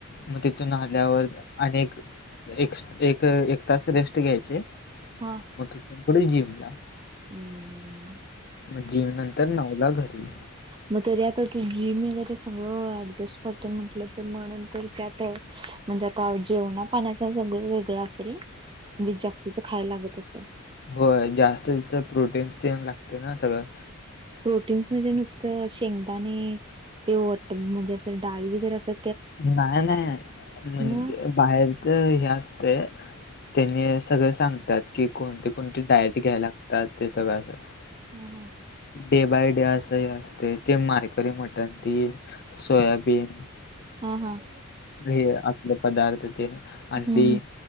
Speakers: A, on the left; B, on the right.
A: मग तिथून आल्यावर अनेक एक एक एक तास रेस्ट घ्यायची
B: हा.
A: मग तिथून पुढे जिमला
B: हम्म
A: मग जिम नंतर नऊला घरी.
B: मग त आता तू जिम वगैरे सगळं ऍडजस्ट करत म्हटलं, तर मगं तर ते आता म्हणजे आता जेवणा पाण्याच सगळं, वेगळं असल ना?
A: <inaudible>
B: म्हणजे जास्तीचं खायला लागत असल.
A: होय जास्त त्या प्रोटीन्स तेन लागते ना सगळं.
B: प्रोटीन्स म्हणजे नुसतं, शेंगदाणे तेट म्हणजे असं डाळी वगैरे असं
A: नाय नाय म्हणजे
B: हम्
A: बाहेरचं हे असतं त्यांनी सगळं सांगतात की कोणते कोणते डायट घ्याय लागतात ते सगळं असं
B: हम हम
A: डे बाय डे अस हे असते, ते मारकरी मटण टेन सोयाबीन
B: हा हा.
A: हे आपले पदार्थ ते अंडी,
B: हम्म हम्